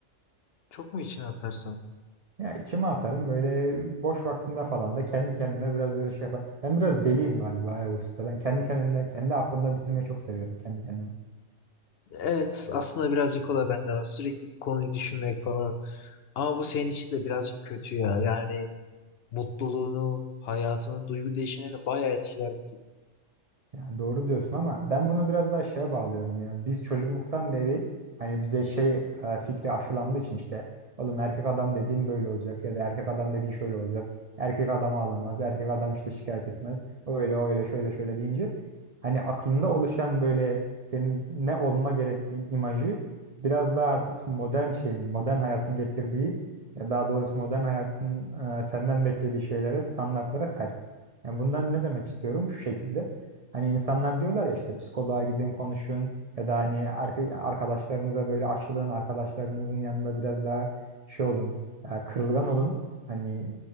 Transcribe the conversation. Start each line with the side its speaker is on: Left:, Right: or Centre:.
Left: Çok mu içine atarsın?
Right: Ya içime atarım böyle boş vaktimde falan da kendi kendime biraz böyle şey yapar. Ben biraz deliyim galiba ya usta. Ben kendi kendimde kendi aklımda bitirmeyi çok seviyorum kendi kendime.
Left: Evet, aslında birazcık o da bende var. Sürekli bir konuyu düşünmek falan. Ama bu senin için de birazcık kötü ya. Yani mutluluğunu, hayatını, duygu değişimlerini bayağı etkiler. bu.
Right: Yani doğru diyorsun ama ben bunu biraz daha şeye bağlıyorum ya. Biz çocukluktan beri hani bize şey e, fikri aşılandığı için işte oğlum erkek adam dediğin böyle olacak ya da erkek adam dediğin şöyle olacak. Erkek adamı alamaz. Erkek adam işte şikayet etmez. Öyle öyle şöyle şöyle deyince hani aklında oluşan böyle senin ne olma gerektiğin imajı biraz daha artık modern şeyin, modern hayatın getirdiği ya daha doğrusu modern hayatın e, senden beklediği şeylere, standartlara ters. Yani bundan ne demek istiyorum? Şu şekilde. Hani insanlar diyorlar ya işte psikoloğa gidin konuşun ya da hani erke- arkadaşlarınıza böyle açılın, arkadaşlarınızın yanında biraz daha şey olun, e, kırılgan olun. Hani